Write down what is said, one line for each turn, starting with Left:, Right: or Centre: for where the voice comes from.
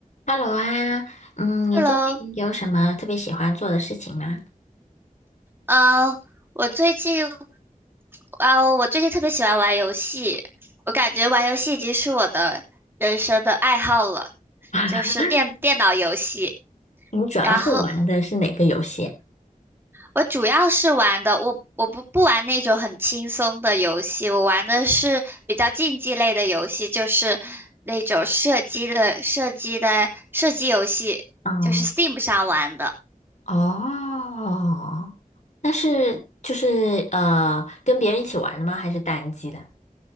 Left: Hello 啊，嗯，你最近有什么特别喜欢做的事情吗？
Right: Hello，呃，我最近呃，我最近特别喜欢玩游戏，我感觉玩游戏已经是我的人生的爱好了，
Left: <laughs>
Right: 就是电电脑游戏。
Left: 你主要是玩的是哪个游戏
Right: 然后我主要是玩的，我我不不玩那种很轻松的游戏，我玩的是比较竞技类的游戏，就是那种射击的射击的射击游戏，
Left: 啊？
Right: 就是 Steam 上玩的，
Left: 哦，哦，那是就是呃，跟别人一起玩的吗？还是单机的？